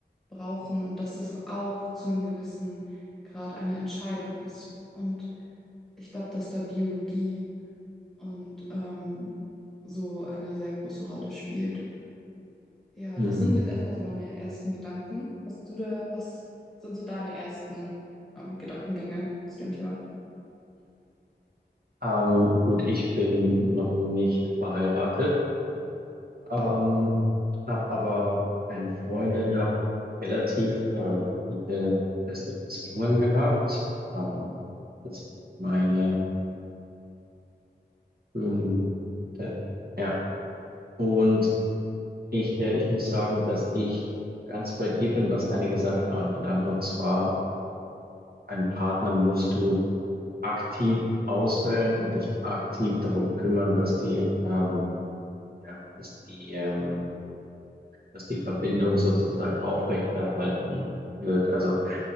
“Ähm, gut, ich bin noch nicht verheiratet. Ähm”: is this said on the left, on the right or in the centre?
Right